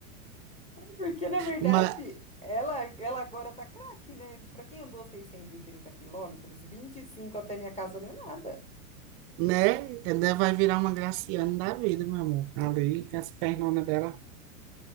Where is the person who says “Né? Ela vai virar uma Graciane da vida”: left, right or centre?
Right